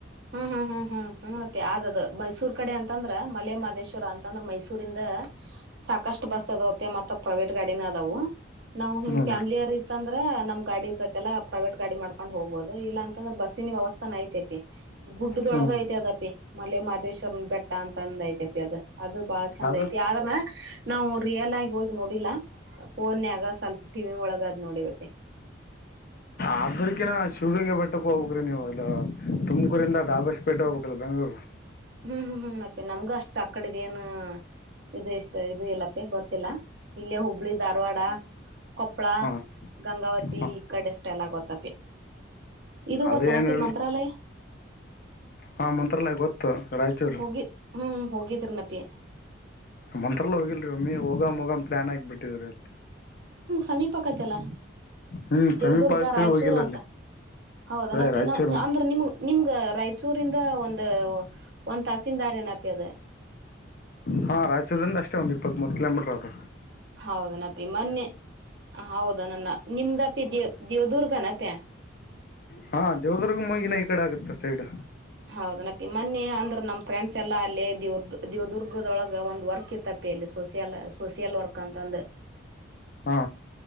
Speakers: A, on the right; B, on the left.
A: ಹ್ಮ ಹಾ ಹ್ ಹ್ಮ್ ಹ್ಮಪ್ಪ ಯಾವ್ದದ್ ಮೈಸೂರ್ ಕಡೆ ಅಂತಂದ್ರ ಮಲೆ ಮಹದೇಶ್ವರ ಅಂತಂದ್ರ ಮೈಸೂರಿಂದ ಸಾಕಷ್ಟು ಬಸ್ ಅದಾವ ಮ ಪ್ರೈವೇಟ್ ಗಾಡಿನ ಅದಾವವು ನಾವವು ಹಿಂಗ
B: ಹ್ಮ್
A: ಫ್ಯಾಮಿಲಿ ಯ ಅಂತಂದ್ರೆ ನಮ್ ಗಾಡಿ ಇರ್ತೈತೆಲ್ಲ ಪ್ರೈವೇಟ್ ಗಾಡಿ ಮಾಡ್ಕೊಂಡ್ ಹೋಗಬಹುದು ಇಲ್ಲ ಅಂದ್ರೆ ಬಸ್ಸಿನ ವ್ಯವಸ್ಥಾನಾ ಐತೆತಿ ಗುಡ್ಡದೊಳಗ
B: ಹ್ಮ್
A: ಐತಿ ಅದಪಿ ಮಲೆ ಮಾಹದೇಶ್ವರನ ಬೆಟ್ಟ ಅಂತ ಅಂದ ಐತಪಿ ಅದ ಅದು ಬಹಳ ಚಂದ
B: ಅದ್ರ
A: ಐತಿ ಆದ್ರನ ನಾವು ರಿಯಲ್ ಆಗಿ ಹೋಗಿ ನೋಡಿಲ್ಲ ಫೋನ್ ಯಯಗ ಸ್ವಲ್ಪ ಟಿವ ಒಳಗದ್ ನೋಡಿವತಿ <inaudible>
B: ಆದ್ರಕಿನ ಶಿವಗಂಗೆ ಬೆಟ್ಟಕ್ಕೆ ಹೋಗ್ಬೇಕಕ್ ನೀವು ಅದು ತುಮಕೂರಿಂದ ಡಾಬಸ್ಪೇಟೆ ಹೋಗಬೇಕಕ್ಲ್ಲ ಬಂಗ ಹ್ೂ ರ <inaudible>
A: ಹ್ಮ್ ಹ್ಮ್ ಹ್ಮ್ ಅಪಿ ನಮ್ಗ ಅಷ್ಟ್ ಅಕಡದ ಏನು ಇ ಇಷ್ಟ ಇದು ಇಲ್ಲಪ್ಪಿ ಗೊತ್ತಿಲ್ಲ ಇಲ್ಲೇ ಹುಬ್ಬಳಿ ಧಾರವಾಡ ಕೊಪ್ಪಳ
B: ಹಾ
A: ಗಂಗಾವತಿ
B: ಹಾ
A: ಈ ಕಡೆ ಸ್ಟೈಲ್ ಆಗೋತ್ತ ಪಿ ಇದು
B: ಅದು
A: ಗೋ ತನಪಿ
B: ಏನು
A: ಮಂತ್ರಾಲಯ
B: ಹಾ ಮಂತ್ರಾಲಯ ಗೊತ್ತು ರಾಯಚೂರು
A: ಹೋಗಿ ಹ್ಮ್ ಹೋಗಿದ್ರಿ ನಪಿ
B: ಮಂತ್ರಲ್ಲ ಹೋಗಿಲ್ರರಿ ಒಮ್ಮಿ ಹೋಗ ಹೋಗ್ ಪ್ಲಾನ್ ಹಾಕಿಬ ಬಿಟ್ಟಿದ್ರಿ ಅಲ್ಲಿ
A: ಸಮೀಪಕಥಲ್ಲ
B: ಹ್ಮ್
A: ದೇವದುರ್ಗ
B: ಸಮೀಪ ಆಗ್ತರಿ
A: ರಾಯಚೂರು
B: ಹೋಗಿಲ್ಲ
A: ಅಂತ
B: ಅಲ್ಲಿ
A: ಹೌದನ
B: ಅದೇ
A: ಪ
B: ರಾಯಚೂರು
A: ಅಂದ್ರೆ ನಿಮ್ ನಿಮ್ ರಾಯಚೂರಿಂದ ಒಂದು ಒಂದ್ ತಸೀ ದಾರ್ ಏನಪ್ಯದೆ
B: ಹಾ ರಾಯಚೂರಿಂದ ದ ಅಷ್ಟೇ ಒಂದ ಇಪ್ಪತ್ ಕಿೋೀಟರ್ ಅದದು
A: ಹೌದನಪಿ ಮೊನ್ನೆ ಹೌದ ನನ್ನ ನಿಮ್ದಪ್ಪಿ ದೇವ ದೇವದುರ್ಗನಪೆ ಹ್ಮ
B: ಹಾ ದೇವದುರ್ಗ ಮುಗಿನ ಈ ಕಡೆ ಆಗುತ್ತೆ ಸೈಡ್
A: ಹೌದನಪ್ಪಿ ಮೊನ್ನೆ ಅಂದ್ರ ನಮ್ ಫ್ರೆಂಡ್ ಎಲ್ಲ ಅಲ್ಲೇ ದವ ದವದುರ್ಗದೊಳಗ ಒಂದ ವರ್ಕ್ ಇತ್ತಪಿ ಲ್ಲಿ ಸೋಷಿಯಲ್ ಸೋಷಿಯಲ್ ವರ್ಕ್ ಅಂತಂದು
B: ಹಾ